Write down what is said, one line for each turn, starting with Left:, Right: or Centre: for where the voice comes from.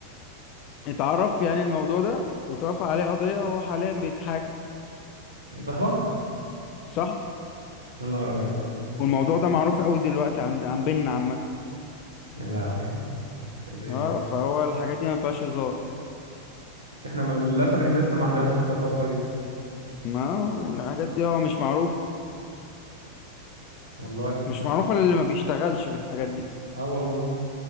Left: فاتعرف يعني الموضوع ده واترفع عليه قضية وهو حاليا بيتحاكم
Right: يا صاحبك
Left: صاحبي
Right: يا نهار ابيض
Left: والموضوع ده معروف قوي دلوقتي عند عن بيننا عامة
Right: يا لهوي دي
Left: اه فهو الحاجات دي ما فيهاش هزار
Right: بس احنا ما- للاسف احنا لسه ما عندناش الثقافه دي
Left: ما والحاجات دي هو مش معروف
Right: والله
Left: مش معروفة للي ما بيشتغلش في الحاجات دي
Right: اه والله